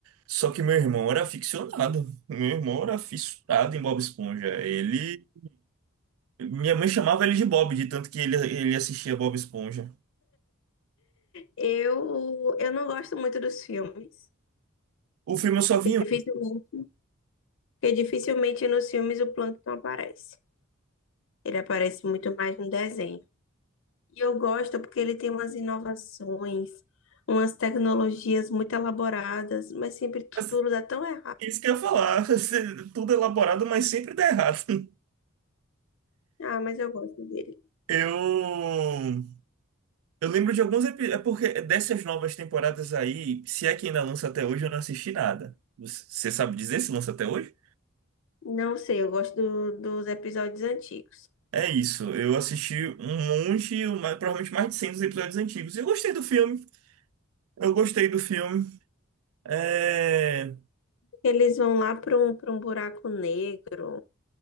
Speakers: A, on the right; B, on the left.
A: Só que meu irmão era aficionado. Meu irmão era fissurado em Bob Esponja. Ele. Minha mãe chamava ele de Bob, de tanto que ele, ele assistia Bob Esponja.
B: Eu, eu não gosto muito dos filmes.
A: O filme eu só vi
B: Porque
A: um,
B: dificilmente, porque dificilmente nos filmes o Plankton aparece. Ele aparece muito mais no desenho. E eu gosto porque ele tem umas inovações, umas tecnologias muito elaboradas, mas sempre
A: mas
B: tudo dá tão errado.
A: é isso que eu ia falar. <laughs> Tudo elaborado, mas sempre dá errado.
B: Ah, mas eu gosto dele.
A: Eu. Eu lembro de alguns episódios. É porque dessas novas temporadas aí, se é que ainda lança até hoje, eu não assisti nada. Você sabe dizer se lança até hoje?
B: Não sei, eu gosto do- dos episódios antigos.
A: É isso, eu assisti um monte, uma- provavelmente mais de 100 dos episódios antigos. E eu gostei do filme, eu gostei do filme. É...
B: Eles vão lá para um, para um buraco negro,